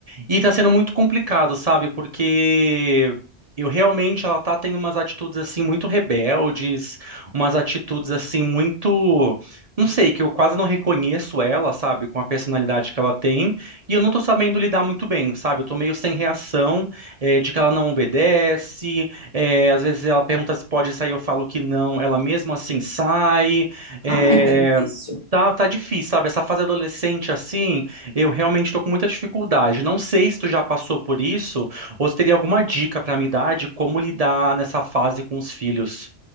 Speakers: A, on the right (about 40°); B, on the left (about 40°).
A: E tá sendo muito complicado, sabe? Porque eu realmente ela tá tendo umas atitudes assim muito rebeldes, umas atitudes assim muito, não sei, que eu quase não reconheço ela, sabe, com a personalidade que ela tem, e eu não tô sabendo lidar muito bem, sabe? Eu tô meio sem reação, eh, de que ela não obedece, eh, às vezes ela pergunta se pode sair, eu falo que não, ela mesmo assim sai. eh,
B: ai, tá difícil.
A: Tá, tá difícil, sabe? Essa fase adolescente, assim, eu realmente tô com muita dificuldade. Não sei se tu já passou por isso ou se teria alguma dica pra me dar de como lidar nessa fase com os filhos.